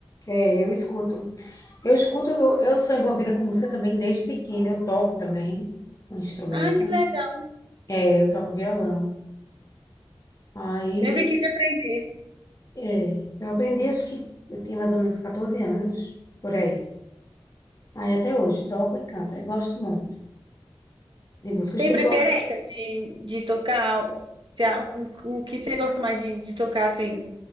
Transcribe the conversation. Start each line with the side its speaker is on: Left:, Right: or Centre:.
Left: É, eu escuto. Eu escuto, eu, eu sou envolvida com música também desde pequena. Eu toco também um instrumento.
Right: Ai, que legal.
Left: É, eu toco violão. Aí,
Right: Sempre quis aprender.
Left: é, eu aprendi, acho que eu tinha mais ou menos 14 anos, por aí. Aí até hoje, toco e canto. Eu gosto muito de música. O
Right: Tem
Left: estilo
Right: preferência
Left: que eu...
Right: de, de tocar o, se a- o- o que você gosta mais de, de tocar, assim,